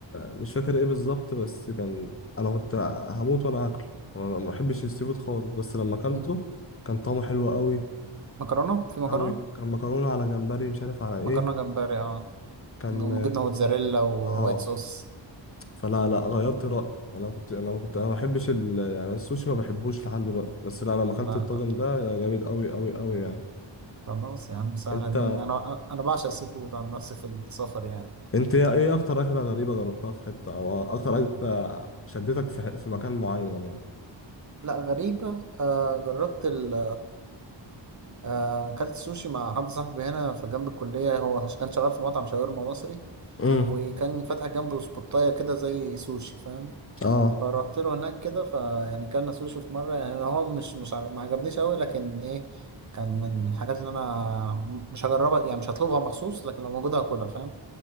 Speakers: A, on the left; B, on the right.
A: مش فاكر ايه بالظبط بس كان انا كنت هموت وانا اكله انا ما ما بحبش السي فود خالص بس لما اكلته
B: مم.
A: كان طعمه حلو قوي
B: مكرونة في مكرونة
A: قوي كان مكرونه على جمبري مش عارف على ايه
B: مكرونة جمبري اه
A: كان
B: وجبنة موتزاريلا ووايت
A: اه
B: صوص
A: فلا لا غيرت رايي انا كنت انا كنت انا ما بحبش ال... يعني السوشي ما بحبوش لحد دلوقتي بس لا لما اكلت
B: لا
A: الطاجن
B: لا
A: ده جامد قوي قوي قوي يعني
B: خلاص يا عم سهلة
A: انت
B: دي انا انا بعشق السي فود عن نفسي في السفر يعني
A: انت ايه إيه اكتر اكله غريبه جربتها في حته او اكتر اكله شدتك في ح- في مكان معين يعني
B: لا غريبة آه جربت ال آه، أكلت سوشي مع حد صاحبي هنا في جنب الكلية هو كان شغال في مطعم شاورما مصري
A: امم
B: وكان فاتح جنبه سبوتاية كده زي سوشي فاهم
A: اه
B: فروحت له هناك كده فيعني كلنا سوشي في مرة يعني هو مش مش عج- ما عجبنيش أوي لكن إيه كان من الحاجات اللي أنا مش هجربها يعني مش هطلبها مخصوص لكن لو موجودة هاكلها فاهم